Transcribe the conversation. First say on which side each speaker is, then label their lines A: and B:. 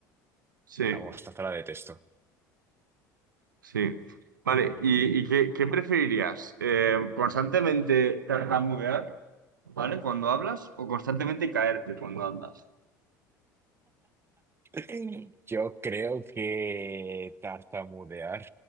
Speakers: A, on the right; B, on the right.
A: Sí,
B: La mostaza la detesto.
A: sí. Vale, ¿y, y qué, qué preferirías? Eh, ¿constantemente tartamudear, ¿vale? Cuando hablas o constantemente caerte cuando hablas?
B: <laughs> Yo creo que tartamudear,